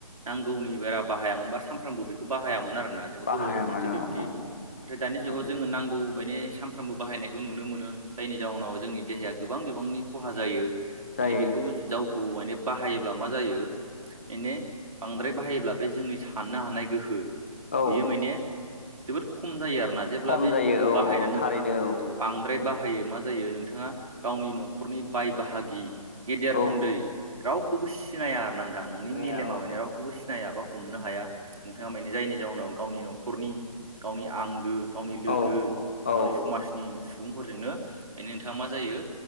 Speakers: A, on the right; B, on the left.
A: नांगौनि बारा बाहायामोनबा सानफ्रामबो बेखौ बाहायामोन आरो। जेनेबा
B: बाहाया
A: गोबावजों खनसे
B: मानो
A: बिबादि
B: औ
A: नाथाय दानि जुाव
B: नंगौ
A: जोङो नांगौ। माने सानफ्रामबो बाहायनायखौ नुनो मोनो जायनि। जाउनाव जोंनि देहाया गोबां बिबांनि खहा जायो
B: जायो
A: माने बेखौ जौखौ माने बाहायोब्ला मा जायो‌। बेनो बांद्राय बाहायोब्ला बे जोंनि साननो हानाय गोहो।
B: औ
A: बेयो माने जोबोद खम जायो आरो। जेब्ला
B: खम
A: बे
B: जायो
A: जखौ
B: औ
A: बाहायनानै
B: औ
A: नोंथाङा
B: थारैनो औ
A: बांद्राय बाहायो म जायो नोंथाङा गावनि न'खरनि बाय बाहागि गेदेर
B: औ
A: उन्दै रावखौबो सिनाया आरोना नोंनि
B: जोंनाया
A: मेलेमा
B: औ
A: मानि रावखौबो सिनाय। सिनाया बा हमनो हाया नोंथाङा माने जायनि जाउनाव गावनि न'खरनि गावनि आंगो। गावनि लोगो
B: औ
A: गावनि
B: औ
A: समाजनि सुबुंफोरजोंनो। माने नोंथाङा मा जायो